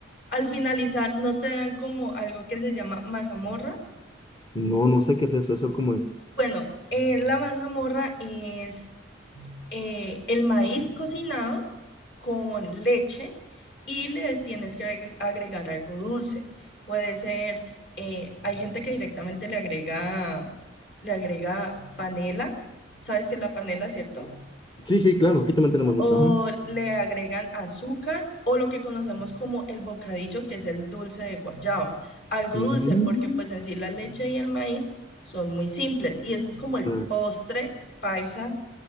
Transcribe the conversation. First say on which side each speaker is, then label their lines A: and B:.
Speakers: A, on the left; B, on the left.
A: al finalizar no te dan como algo que se llama mazamorra.
B: No, no sé qué es eso, ¿eso cómo es?
A: Bueno, eh, la mazamorra es eh, el maíz cocinado con leche y le tienes que agre- agregar algo dulce. Puede ser, eh, hay gente que directamente le agrega, le agrega panela. ¿Sabes qué es la panela, cierto?
B: Sí, sí, claro, aquí también tenemos mucho.
A: o
B: Ajá.
A: le agregan azúcar o lo que conocemos como el bocadillo, que es el dulce de guayaba. Algo
B: Mm,
A: dulce porque pues en sí la leche y el maíz son muy simples y ese es como el
B: claro.
A: postre paisa